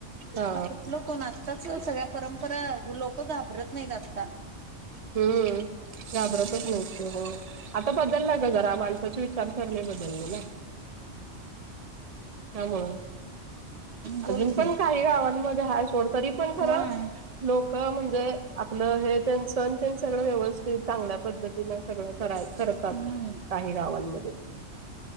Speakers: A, on the right (about 30°); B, on the right (about 60°).
A: हा
B: आता कुठलं कोण आताच सगळ्या परंपरा लोक घाबरत नाहीत आता.
A: हम्म, घाबरतच
B: हम्म
A: नाहीत की होय. आता बदलला ग जरा माणसाचे विचारसरनी बदली ना त्यामुळं.
B: बोल
A: अजून
B: की
A: पण काही गावांमध्ये हाय सोड तरी पण खरं
B: होय
A: लोक म्हणजे आ हे तेंच सण ते सगळं व्यवस्थित चांगल्या पद्धतीनं सगळं करायचं करतात
B: हम्म
A: काही गावांमध्ये.